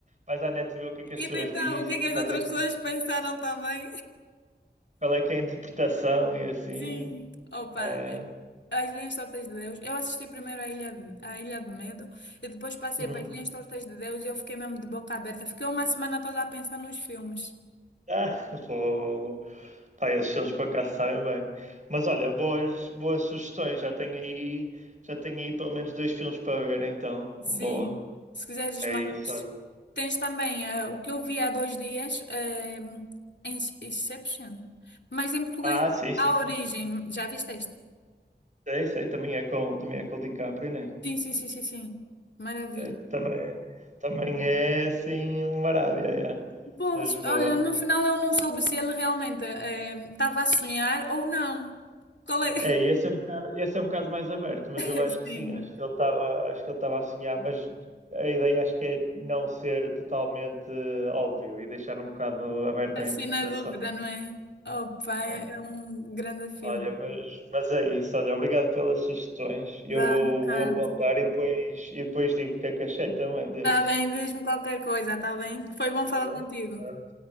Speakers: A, on the right; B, on the left.
A: vais à net ver o que é que as pessoas
B: E tentar
A: dizem,
B: o que é que
A: quais
B: as outras
A: é que
B: pessoas
A: são-
B: pensaram também.
A: qual é que é a interpretação e assim.
B: Sim. Opa,
A: É.
B: as Linhas Tortas de Deus. Eu assisti primeiro a Ilha, de- a Ilha do Medo e depois passei
A: Uhum.
B: para as Linhas Tortas de Deus e eu fiquei mesmo de boca aberta. Fiquei uma semana toda a pensar nos filmes.
A: Ah, <laughs> vou, Pá, esses filmes por acaso sabem bem. Mas olha, boas, boas sugestões. Já tenho aí, já tenho aí pelo menos dois filmes para ver, então.
B: Sim.
A: Boa.
B: Se quiseres
A: É
B: mais,
A: isso, olha.
B: tens também eh, o que eu vi há dois dias, eh, Inception. Mas em português,
A: Ah, sim, sim,
B: A
A: sim.
B: Origem.
A: sim.
B: Já viste este?
A: Sei, sei, também é com, também é com o DiCaprio, né?
B: Sim, sim, sim, sim, sim. Maravilha.
A: É, também, é- também é assim uma rádio, é.
B: Pois,
A: Mas boa.
B: olha, no final eu não soube se ele realmente eh, estava a sonhar ou não. Qual é?
A: É, e esse é, um bocado, esse é um bocado mais aberto, mas
B: <laughs>
A: eu acho que
B: Sim,
A: sim, acho que ele estava, acho que ele estava a sonhar, mas a ideia acho que é não ser totalmente eh, óbvio e deixar um bocado aberto
B: assim
A: à interpretação.
B: na dúvida, não é? Opa, é
A: né?
B: é um grande filme.
A: Olha, mas, mas é isso, olha, obrigado pelas sugestões. Eu
B: Vá,
A: vou,
B: Ricardo.
A: vou apontar e depois, e depois digo o que é que achei também desses.
B: Está bem, diz-me qualquer coisa, está bem? Foi bom falar
A: Tá bem?
B: contigo.
A: Pronto.